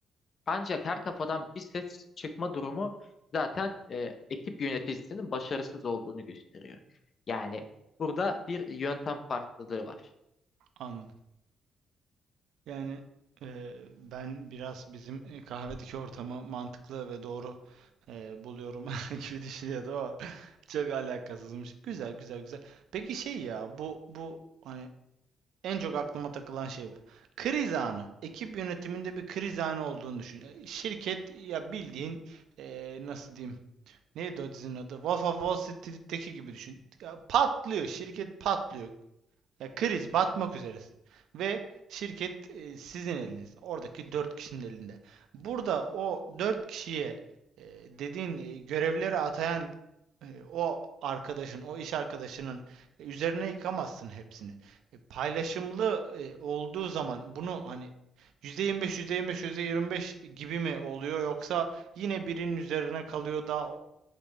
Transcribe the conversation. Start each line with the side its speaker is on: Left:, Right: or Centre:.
Left: Ancak her kafadan bir ses çıkma durumu zaten e, ekip yöneticisinin başarısız olduğunu gösteriyor. Yani burada bir yöntem farklılığı var.
Right: Anladım. Yani eee, ben biraz bizim e, kahvedeki ortamı mantıklı ve doğru eee, buluyorum <laughs> gibi düşünüyordum ama <laughs> çok alakasızmış. Güzel güzel güzel. Peki şey ya bu bu hani en çok aklıma takılan şey bu. Kriz anı. Ekip yönetiminde bir kriz anı olduğunu düşün. E, Şirket ya bildiğin eee, nasıl diyeyim? Neydi o dizinin adı? Wolf of Wall Street'teki gibi düşün. Ya patlıyor. Şirket patlıyor. Ya kriz batmak üzeresin. Ve şirket e, sizin eliniz. Oradaki 4 kişinin elinde. Burada o 4 kişiye e, dediğin e, görevleri atayan e, o arkadaşın, o iş arkadaşının e, üzerine yıkamazsın hepsini. E, paylaşımlı e, olduğu zaman bunu hani %25, %25, %25 gibi mi oluyor yoksa yine birinin üzerine kalıyor da